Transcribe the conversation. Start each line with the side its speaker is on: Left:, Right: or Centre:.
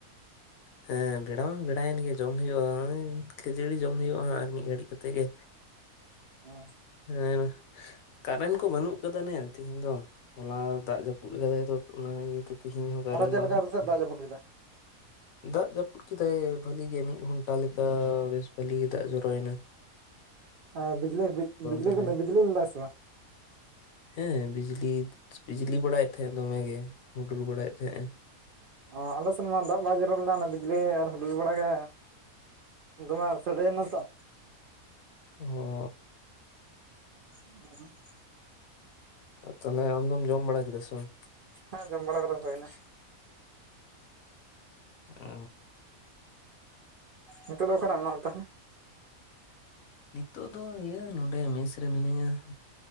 Right: <inaudible>
Left: ᱦᱮᱸ ᱵᱮᱲᱟ ᱢᱟ ᱵᱮᱲᱟᱭᱮᱱ ᱜᱮ ᱡᱚᱢ ᱦᱩᱭᱩᱜᱼᱟ᱾ ᱠᱷᱟᱹᱡᱟᱹᱲᱤ ᱡᱚᱢ ᱦᱩᱭᱩᱜᱼᱟ ᱟᱨ ᱢᱤᱫ ᱜᱷᱟᱹᱲᱤᱡ ᱠᱟᱛᱮ ᱜᱮ,
Right: ᱚᱸᱻ
Left: ᱦᱮᱸ ᱠᱟᱨᱮᱱᱴ ᱠᱚ ᱵᱟᱹᱱᱩᱜ ᱟᱠᱟᱫᱟ ᱱᱮ ᱛᱮᱦᱤᱧ ᱫᱚ, ᱦᱚᱞᱟ ᱫᱟᱜ ᱡᱟᱹᱯᱩᱫ ᱠᱟᱫᱟᱭ ᱛᱚ ᱚᱱᱟ ᱤᱭᱟᱹ ᱛᱮ ᱛᱮᱦᱮᱧ ᱦᱚᱸ ᱠᱟᱨᱮᱱ
Right: ᱦᱚᱞᱟ ᱪᱮᱫ
Left: ᱵᱟᱝ
Right: ᱞᱮᱠᱟ
Left: ᱦᱮᱡ ᱠᱟᱱᱟ ᱾
Right: <unintelligible>
Left: ᱫᱟᱜ ᱡᱟᱹᱯᱩᱫ ᱠᱮᱫᱟᱭ ᱵᱷᱟᱹᱞᱤ ᱜᱮ ᱢᱤᱫ ᱜᱷᱚᱱᱴᱟ ᱞᱮᱠᱟ ᱵᱮᱥ ᱵᱷᱟᱹᱞᱤ ᱜᱮ ᱫᱟᱜ ᱡᱚᱨᱚᱭᱱᱟ ᱾
Right: ᱟᱨ ᱵᱤᱡᱽᱞᱤ ᱵᱤᱡᱽᱞᱤ
Left: ᱛᱟᱦᱚᱞᱮ?
Right: ᱠᱚ ᱵᱤᱡᱽᱞᱤ ᱞᱮᱫᱟ ᱥᱮ ᱵᱟᱝ?
Left: ᱦᱮᱸ ᱵᱤᱡᱽᱞᱤ ᱵᱤᱡᱽᱞᱤ ᱵᱟᱲᱟᱭᱮᱫ ᱛᱟᱦᱮᱸᱜ ᱫᱚᱢᱮ ᱜᱮ ᱦᱩᱰᱩᱨ ᱵᱟᱲᱟᱭᱮᱫ ᱛᱟᱦᱮᱸᱜ ᱾
Right: ᱚ ᱟᱞᱮ ᱥᱮᱫ ᱢᱟ ᱫᱟᱜ ᱵᱟᱭ ᱡᱚᱨᱚ ᱞᱮᱱᱟ ᱚᱱᱟ ᱵᱤᱡᱽᱞᱤ ᱟᱨ ᱦᱩᱰᱩᱨ ᱵᱟᱲᱟ ᱜᱮ ᱫᱚᱢᱮ ᱥᱟᱰᱮᱱᱟ ᱛᱚ
Left: <unintelligible>
Right: <unintelligible>
Left: ᱛᱟᱸᱦᱚᱞᱮ ᱟᱢ ᱫᱚᱢ ᱡᱚᱢ ᱵᱟᱲᱟ ᱠᱮᱫᱟ ᱥᱮ ᱵᱟᱝ?
Right: ᱦᱮᱸ ᱡᱚᱢ ᱵᱟᱲᱟ ᱠᱚᱫᱚ ᱦᱩᱭᱱᱟ ᱾
Left: ᱚ ᱾
Right: ᱱᱤᱛᱚᱜ ᱫᱚ ᱚᱠᱟ ᱨᱮ ᱢᱮᱱᱟᱜ ᱛᱟᱦᱚᱞᱮ?
Left: ᱱᱤᱛᱳᱜ ᱫᱚ ᱤᱭᱟᱹ ᱱᱚᱰᱮ ᱢᱮᱥ ᱨᱮ ᱢᱤᱱᱟᱹᱧᱟ ᱾